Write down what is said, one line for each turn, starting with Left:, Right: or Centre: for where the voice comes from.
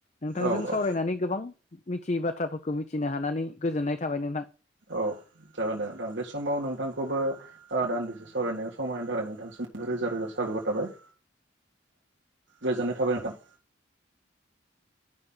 Left: नोंथांजों
Right: औ औ
Left: सावरायनानै गोबां मि थि बाथ्राफोरखौ मिथिनो हानानै गोजोननाय थाबाय नोंथां
Right: औ जागोन जे नोंथां बे समाव नोंथांखौबो ओ दान्दिसे सावरायनायाव समहोनो थाखाय नोंथांसिम रोजा रोजा साबायखर थाबाय गोजोननाय थाबाय नोंथां
Left: <inaudible>